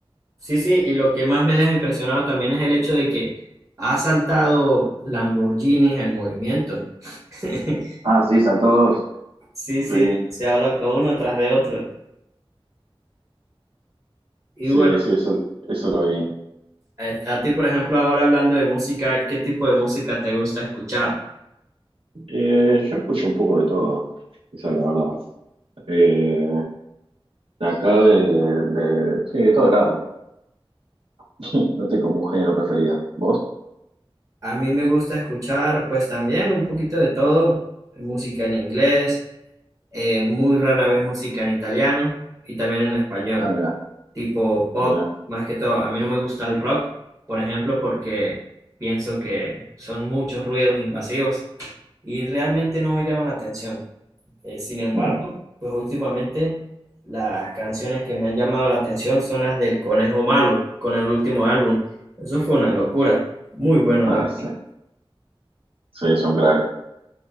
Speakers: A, on the right; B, on the right.
A: sí, sí. Y lo que más me deja impresionado también es el hecho de que ha saltado Lamborghinis en movimiento. <laughs>
B: Ah, sí, saltó dos.
A: Sí, sí,
B: Sí.
A: demasiado loco uno tras de otro. Y
B: Sí,
A: bueno,
B: sí, eso, eso lo vi.
A: a, a ti, por ejemplo, ahora hablando de música, ¿qué tipo de música te gusta escuchar?
B: Eh, yo escucho un poco de todo, esa es la verdad. Eh, de acá, de, de, sí, de todos lados. <laughs> No tengo como un género preferido. ¿Vos?
A: A mí me gusta escuchar, pues también un poquito de todo, música en inglés. eh, muy rara vez música en italiano y también en español,
B: Ah, mirá,
A: tipo pop,
B: mirá.
A: más que todo. A mí no me gusta el rock, por ejemplo, porque pienso que son muchos ruidos invasivos y realmente no me llaman la atención. Eh, sin embargo,
B: Mm.
A: pues últimamente las canciones que me han llamado la atención son las del Conejo Malo, con el último álbum. Eso fue una locura, muy bueno,
B: <laughs>
A: la verdad.
B: Ah, sí. Sí, es un crack.